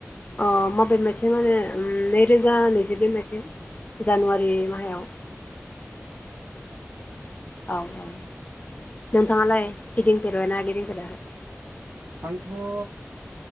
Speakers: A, on the left (about 35°); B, on the right (about 70°).
A: अ माबे मायथाइ माने नैरोजा नैजिब्रै मायथाइ जानुवारि माहायाव
B: आच्चा
A: औ औ नोंथाङालाय गिदिंफेरबाय ना गिदिंफेराखै?
B: आंथ' ओ